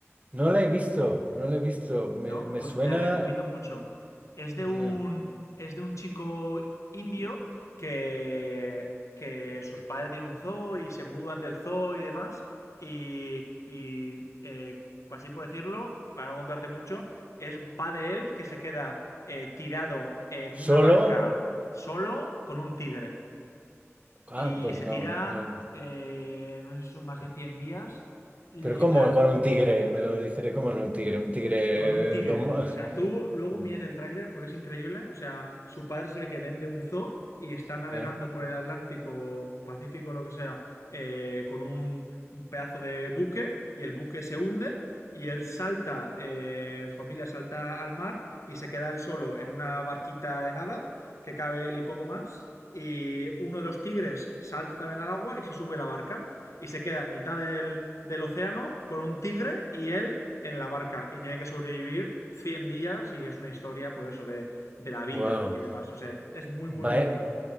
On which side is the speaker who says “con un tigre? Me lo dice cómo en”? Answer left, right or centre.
Right